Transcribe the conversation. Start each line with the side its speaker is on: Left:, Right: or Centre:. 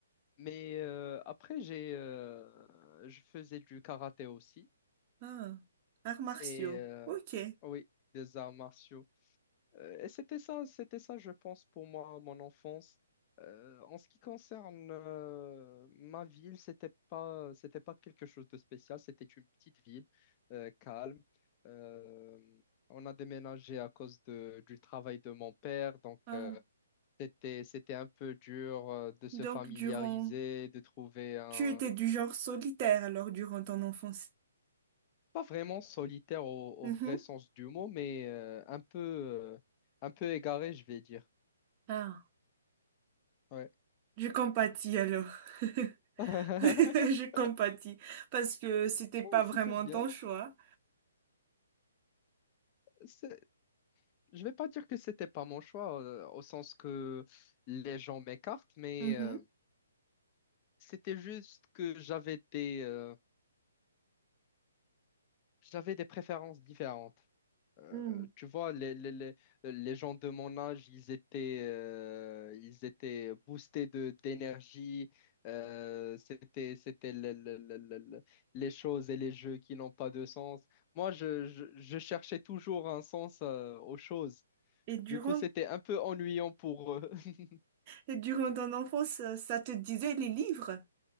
Left: Mais euh, après, j'ai, euh, je faisais du karaté aussi.
Right: Ah. Arts martiaux.
Left: Et euh,
Right: Ok.
Left: oui, des arts martiaux. Euh, et c'était ça, c'était ça, je pense, pour moi, mon enfance. Euh, en ce qui concerne euh, ma ville, c'était pas, c'était pas quelque chose de spécial. C'était une petite ville euh, calme. Euh, on a déménagé à cause de, du travail de mon père, donc
Right: Ah.
Left: euh, c'était, c'était un peu dur euh, de se
Right: Donc,
Left: familiariser,
Right: durant...
Left: de trouver un,
Right: Tu étais du genre solitaire alors durant ton enfance.
Left: pas vraiment solitaire au, au
Right: Mhm.
Left: vrai sens du mot, mais euh, un peu, euh, un peu égaré, je vais dire.
Right: Ah.
Left: Ouais.
Right: Je compatis alors. <laughs>
Left: <laughs>
Right: Je compatis parce que c'était
Left: Oh,
Right: pas
Left: c'était
Right: vraiment
Left: bien.
Right: ton choix.
Left: C'est- Je vais pas dire que c'était pas mon choix, euh, au sens que les gens m'écartent, mais
Right: Mhm.
Left: euh, c'était juste que j'avais des, euh, j'avais des préférences différentes. Euh,
Right: Mm.
Left: tu vois, les, les, les, les gens de mon âge, ils étaient, euh, ils étaient boostés de, d'énergie. Euh, c'était, c'était le- le- le- le- le- les choses et les jeux qui n'ont pas de sens. Moi, je, je, je cherchais toujours un sens, euh, aux choses.
Right: Et durant,
Left: Du coup, c'était un peu ennuyant pour eux. <laughs>
Right: et durant ton enfance, euh, ça te disait les livres?